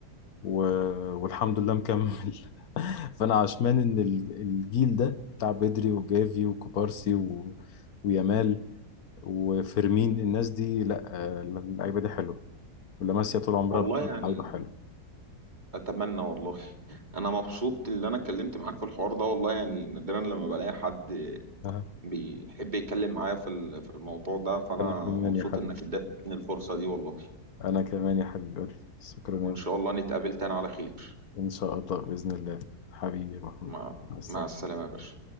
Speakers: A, on the left (about 70°); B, on the right (about 30°).
A: و... والحمد لله مكمل <laughs> فانا عشمان ان ال- الجيل ده بتاع بدري وجافي وكوبارسي و... ويامال وفيرمين الناس دي لا آه، اللعيبه دي حلوه ولاماسيا طول عمرها
B: والله
A: بتكون
B: يعني
A: لعيبه حلوه
B: اتمنى والله انا مبسوط ان انا اتكلمت معاك في الحوار ده والله يعني نادرا لما بلاقي حد
A: أها.
B: بيحب يتكلم معايا في ال- في الموضوع ده فانا
A: انا كمان
B: مبسوط
A: يا حبيبي
B: انك ادتني الفرصة دي والله
A: انا كمان يا حبيبي شكرا
B: وان
A: يا ابني.
B: شاء الله نتقابل تاني على خير
A: ان شاء الله باذن الله حبيبي يا محمود
B: مع
A: مع السلامه
B: مع السلامة يا باشا